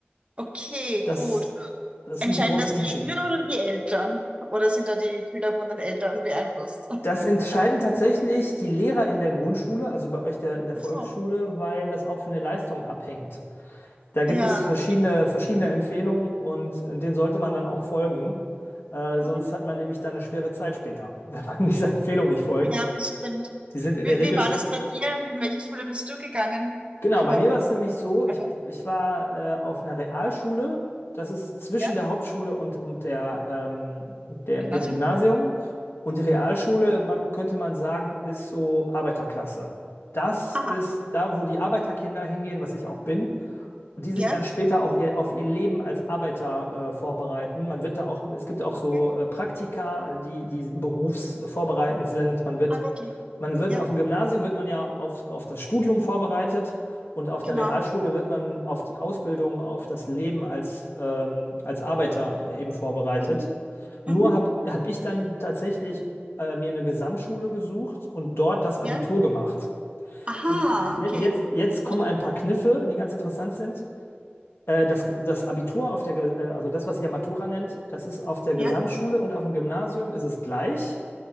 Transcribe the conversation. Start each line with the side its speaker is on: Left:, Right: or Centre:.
Right: Okay,
Left: Das,
Right: gut.
Left: das
Right: Entscheiden
Left: sind die großen
Right: das
Left: Unterschiede.
Right: die Schüler oder die Eltern? Oder sind da die Schüler von den Eltern beeinflusst?
Left: Das entscheiden tatsächlich die Lehrer in der Grundschule, also bei euch der, in der
Right: Ach
Left: Volksschule,
Right: so.
Left: weil das auch von der Leistung abhängt. Da gibt
Right: Ja,
Left: es verschiedene,
Right: okay.
Left: verschiedene Empfehlungen und äh, denen sollte man dann auch folgen. Äh, sonst
Right: Mhm.
Left: hat man nämlich dann eine schwere Zeit später, <laughs> wenn man dieser Empfehlung nicht folgt.
Right: Ja, bestimmt.
Left: Die sind in
Right: Wie,
Left: der Regel
Right: wie war
Left: schon
Right: das bei dir? In welche Schule bist du gegangen?
Left: Genau, bei
Right: Von
Left: mir war es nämlich so,
Right: Alter.
Left: ich, ich war äh, auf einer Realschule, das ist zwischen
Right: Ja,
Left: der Hauptschule und, und der, ähm, der,
Right: Gymnasium.
Left: dem Gymnasium. Und
Right: Mhm.
Left: die Realschule, man, könnte man sagen, ist so Arbeiterklasse. Das
Right: Aha,
Left: ist da, wo die Arbeiterkinder hingehen, was ich auch bin, die sich
Right: ja,
Left: dann später auch ihr, auf ihr Leben als Arbeiter äh, vorbereiten. Man wird da auch, es gibt auch so
Right: okay.
Left: äh, Praktika, die, die berufsvorbereitend sind. Man wird,
Right: Ah, wirklich.
Left: man wird
Right: Ja,
Left: auf dem Gymnasium wird man ja auf, auf das Studium vorbereitet. Und auf der
Right: genau.
Left: Realschule wird man auf die Ausbildung, auf das Leben als, ähm, als Arbeiter eben vorbereitet.
Right: Mhm. Mhm.
Left: Nur habe hab hab ich dann tatsächlich äh, mir eine Gesamtschule gesucht und dort das Abitur
Right: Ja.
Left: gemacht.
Right: Aha,
Left: Und je-
Right: okay.
Left: jetzt, jetzt
Right: Gut.
Left: kommen ein paar Kniffe, die ganz interessant sind. Äh, das, das Abitur auf der, Ge- äh, also das, was ihr Matura nennt, das ist auf der Gesamtschule
Right: Ja,
Left: und auf dem Gymnasium ist es gleich.